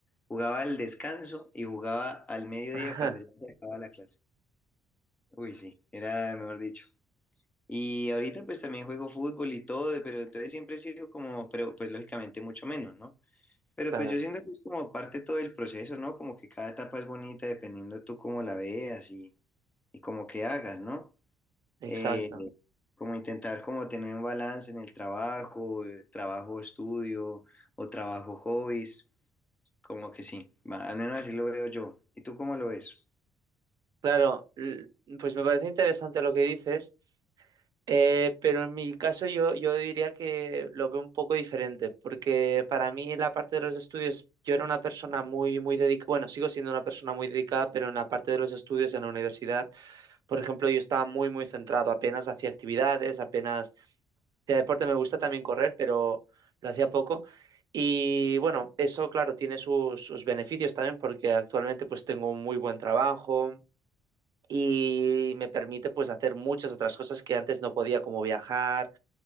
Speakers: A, on the left; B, on the right.
A: jugaba al descanso y jugaba al mediodía
B: <laughs>
A: cuando ya se acababa la clase. Uy, sí, era mejor dicho. Y ahorita pues también juego fútbol y todo, pero entonces siempre he sido como, pero pues lógicamente mucho menos, ¿no? Pero
B: Claro,
A: pues yo siento que es como parte todo del proceso, ¿no? Como que cada etapa es bonita dependiendo tú cómo la veas y, y como que hagas, ¿no?
B: exacto.
A: Eh, como intentar como tener un balance en el trabajo, eh, trabajo estudio o trabajo hobbies, como que sí, va, al menos así lo veo yo. ¿Y tú cómo lo ves?
B: Claro, l- pues me parece interesante lo que dices. Eh, pero en mi caso yo, yo diría que lo veo un poco diferente, porque para mí la parte de los estudios, yo era una persona muy, muy dedicada, bueno, sigo siendo una persona muy dedicada, pero en la parte de los estudios en la universidad, por ejemplo, yo estaba muy, muy centrado, apenas hacía actividades, apenas de deporte me gusta también correr, pero lo hacía poco. Y bueno, eso, claro, tiene sus, sus beneficios también, porque actualmente pues tengo un muy buen trabajo y me permite pues hacer muchas otras cosas que antes no podía, como viajar,